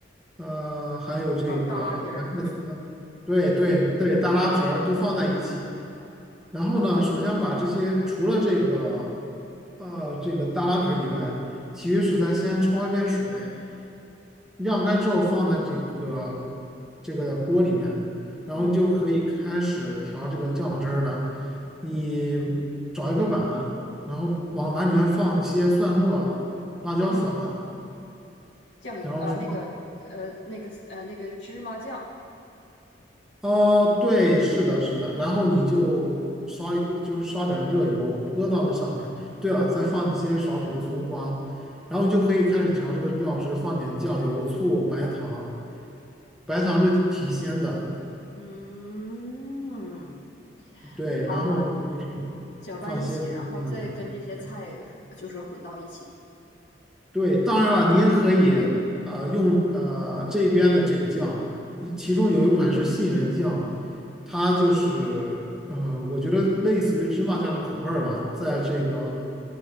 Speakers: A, in the centre; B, on the left.
A: 呃还有这个白菜丝，
B: 还有大拉皮儿，
A: 对对对，大拉皮儿都放在一起。然后呢，首先把这些除了这个呃这个大拉皮儿以外，其余食材先焯一遍水，晾干之后放在这个这个锅里面，然后你就可以开始调这个酱汁儿了。
B: 嗯
A: 你找一个碗，然后往碗里面放一些蒜末、辣椒粉，
B: 嗯，酱油啊，
A: 然后放
B: 那个呃那个呃那个芝麻酱，
A: 哦，对，是的，是的，然后你就烧一锅，就是烧点热油泼到那上面。对了，再放一些少许的葱花，然后你就可以开始调这个料汁，放点酱油、醋、白糖。白糖是提鲜的，
B: 嗯
A: 对，
B: 啊，
A: 然后就是
B: 搅拌一起，
A: 放些这个芝麻酱。
B: 然后再跟这些菜
A: 对，
B: 就是混到一起。
A: 对，当然了，你也可以呃用呃这边的这个酱，一其中有一款是杏仁酱，它就是呃，我觉得类似于芝麻酱的口味儿吧，在这个